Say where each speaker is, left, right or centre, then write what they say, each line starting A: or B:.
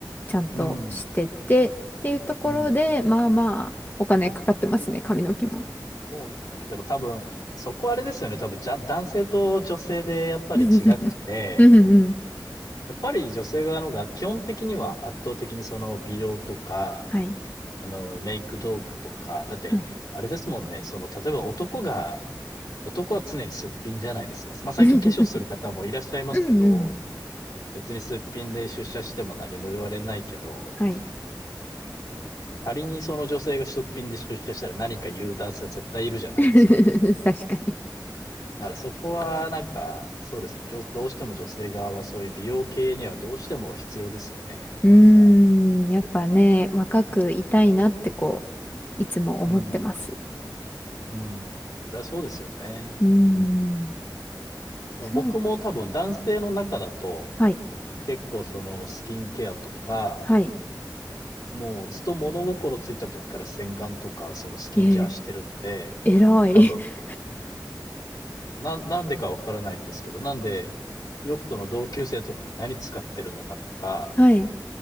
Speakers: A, on the left (about 25°); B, on the left (about 70°).
A: ちゃんとしてて、
B: うん、
A: っていうところで、
B: うん。
A: まあまあ、お金かかってますね、髪の毛も。
B: そうですよね。でも多分、そこあれですよね。多分、じゃ、男性と女性でやっぱり違くて、
A: <laughs> うんうん。
B: やっぱり女性側の方が基本的には圧倒的にその美容とか、
A: はい。
B: あの、メイク道具とか、だって、
A: はい。
B: あれですもんね。その、例えば男が、男は常にすっぴんじゃないですか。まあ、最近化粧する方もいらっしゃいますけど、
A: <laughs> うんうん。
B: 別にすっぴんで出社しても何も言われないけど、
A: はい。
B: 仮にその女性が出品で出社したら何か言う男性は絶対いるじゃないですか。
A: <laughs> 確かに。
B: だからそこはなんか、そうですね。じょどうしても女性側はそういう美容系にはどうしても必要ですよね、
A: うーん、
B: お金が。
A: やっぱね、若くいたいなってこう、いつも思ってます。
B: うん。うん。それはそうですよね。
A: うーん、
B: うん。だから僕も多分男性の中だと、
A: そう、はい、
B: 結構そのスキンケアとか、
A: はい、
B: もうずっと物心ついた時から洗顔とかそのスキンケアしてるんで、
A: えー、偉い。
B: 多分
A: <laughs>
B: なん、なんでかわからないんですけど、なんで、ヨクトの同級生とかに何使ってるのかとか、
A: はい。